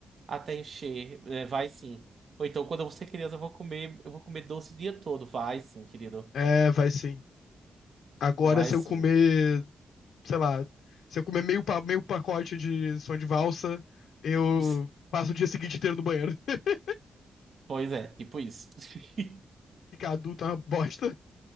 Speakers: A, on the right; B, on the left.
A: até encher. É, vai sim. Ou então, quando você ser criança, eu vou comer, eu vou comer doce o dia todo. Vai sim, querido.
B: É, vai sim. Agora,
A: Vai
B: se
A: sim.
B: eu comer sei lá, se eu comer meio, pa- meio pacote de som de valsa, eu
A: <laughs>
B: passo o dia seguinte inteiro no banheiro. <laughs>
A: Pois é, tipo isso. <laughs>
B: Ficar adulto é uma bosta.